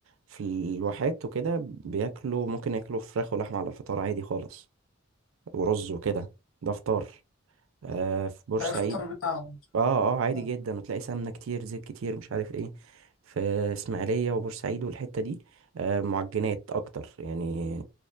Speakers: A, on the right (about 70°); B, on the left (about 80°).
A: في الواحات وكده بياكلوا ممكن ياكلوا فراخ ولحمة على الفطار عادي خالص ورز وكده ده فطار آه، في بورسعيد
B: ده الفطار بتاعهم
A: اه اه عادي
B: مم.
A: جدا وتلاقي سمنة كتير زيت كتير مش عارف ايه في اسماعيلية وبورسعيد والحتة دي آه، معجنات اكتر يعني